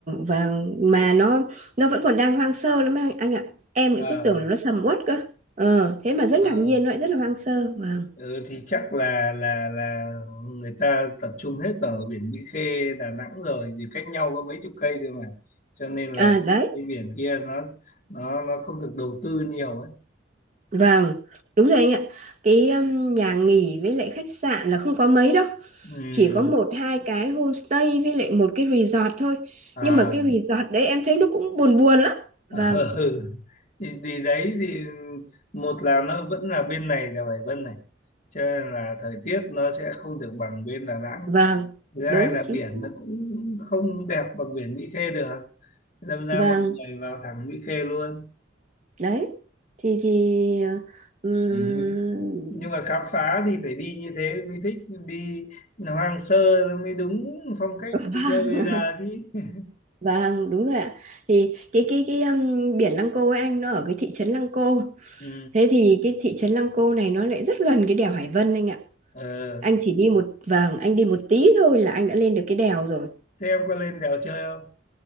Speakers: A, on the right (about 40°); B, on the left (about 40°).
A: vâng, mà nó nó vẫn còn đang hoang sơ lắm anh, anh ạ. Em
B: À,
A: lại cứ tưởng là nó sầm uất cơ. Ờ, thế mà rất
B: ờ.
A: ngạc nhiên nó lại rất là hoang sơ. Vâng.
B: Ừ, thì chắc là là là người ta tập trung hết vào biển Mỹ Khê Đà Nẵng rồi thì cách nhau có mấy chục cây thôi mà cho nên là
A: À đấy.
B: cái biển kia nó nó nó không được đầu tư nhiều ấy
A: Vâng, đúng rồi anh ạ. Cái um, nhà nghỉ với lại khách sạn là không có mấy đâu.
B: Ừm,
A: Chỉ có một hai cái homestay với lại một cái resort thôi.
B: à
A: Nhưng mà cái resort đấy em thấy nó cũng buồn buồn lắm.
B: <laughs>
A: Vâng,
B: ừ. ừ. thì, thì đấy thì một là nó vẫn là bên này là Hải Vân này cho nên là thời tiết nó sẽ không được bằng bên Đà Nẵng
A: vâng,
B: thứ hai
A: đúng
B: là biển
A: chính xác.
B: nó cũng không đẹp bằng biển Mỹ Khê được thế đâm ra
A: Vâng,
B: mọi người vào thẳng Mỹ Khê luôn
A: đấy. Thì thì um,
B: ừ. nhưng mà khám phá thì phải đi như thế mới thích đi hoang sơ nó mới đúng phong cách
A: vâng,
B: đi chơi bây giờ chứ <laughs>
A: vâng, đúng rồi ạ. Thì cái cái cái um, biển Lăng Cô ấy anh nó ở cái thị trấn Lăng Cô.
B: ừ.
A: Thế thì cái thị trấn Lăng Cô này nó lại rất gần cái đèo Hải Vân anh ạ
B: ờ.
A: anh chỉ đi một vầng anh đi một tí thôi là anh đã lên được cái đèo rồi
B: thế em có lên đèo chơi không